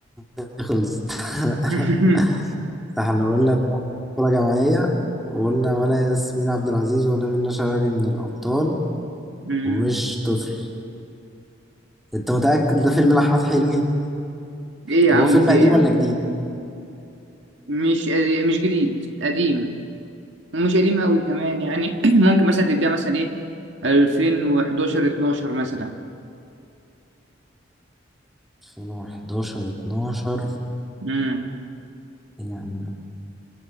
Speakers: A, in the centre; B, on the right.
A: عندي خلصت <laughs>
B: <laughs>
A: احنا قلنا كرة جماعية وقلنا ولا ياسمين عبد العزيز ولا منة شلبي من الأبطال
B: مم.
A: ومش طفل انت متأكد ده فيلم لأحمد حلمي؟
B: ايه يا
A: طب
B: عم
A: هو فيلم
B: في
A: قديم
B: ايه يا
A: ولا
B: عم
A: جديد؟
B: مش مش جديد قديم ومش قديم قوي كمان يعني <clears throat> ممكن مثلا تديها مثلا ايه 2011 12 مثلا
A: 2011 12
B: امم
A: إيه يا عم